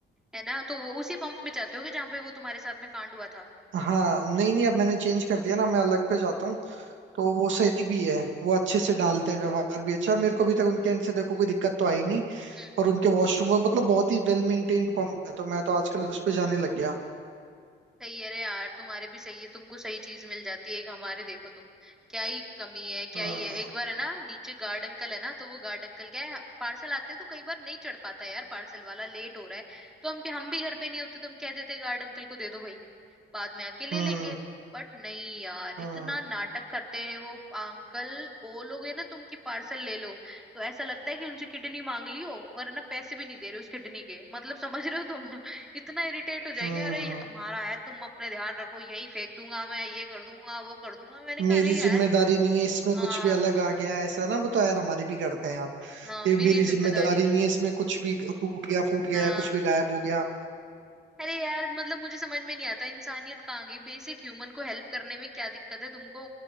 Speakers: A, in the centre; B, on the right.
A: है ना तो वो उसी पंप में जाते होगे जहाँ पे वो तुम्हारे साथ में कांड हुआ था
B: हाँ नहीं नहीं अब मैंने चेंज कर दिया ना मैं अलग पे जाता हूँ तो वो सही भी है वो अच्छे से डालते हैं व्यवहार भी अच्छा और मेरे को अभी तक उनके एंड से देखो कोई दिक्कत तो आई नहीं
A: हम्म
B: और उनके वॉशरूम में मतलब बहुत ही वेल मेंटेन्ड पंप है तो मैं तो आजकल उस पे जाने लग गया
A: सही है अरे यार तुम्हारे भी सही है तुमको सही चीज मिल जाती है एक हमारे देखो तुम क्या ही कमी है क्या
B: हाँ,
A: ही है एक बार है ना नीचे गार्ड अंकल है ना तो वो गार्ड अंकल क्या है पार्सल आते हैं तो कई बार नहीं चढ़ पाता यार पार्सल वाला लेट हो रहा है तो हम हम भी घर पे नहीं होते तो हम कह देते हैं गार्ड अंकल को दे दो भाई बाद में आके ले
B: हम्म
A: लेंगे बट नहीं यार
B: हम्म
A: इतना नाटक करते हैं वो अंकल बोलोगे ना तुम कि पार्सल ले लो तो ऐसा लगता है कि उनसे किडनी मांग ली हो और है ना पैसे भी नहीं दे रहे उस किडनी के मतलब समझ रहे हो तुम <laughs> इतना इरिटेट हो जाएंगे
B: हाँ,
A: अरे ये तुम्हारा है तुम अपने ध्यान रखो यहीं फेंक दूंगा मैं ये कर दूंगा वो कर दूंगा मैंने कहा
B: मेरी
A: अरे
B: जिम्मेदारी
A: यार
B: नहीं है इसमें
A: हाँ
B: कुछ भी अलग आ गया ऐसा ना वो तो यार हमारे भी करते हैं यार
A: हाँ
B: ये
A: मेरी
B: मेरी
A: जिम्मेदारी
B: जिम्मेदारी
A: नहीं
B: नहीं है इसमें कुछ भी टूट गया फूट गया
A: हाँ
B: कुछ भी गायब हो गया
A: अरे यार मतलब मुझे समझ में नहीं आता इंसानियत कहाँ गई बेसिक ह्यूमन को हेल्प करने में क्या दिक्कत है तुमको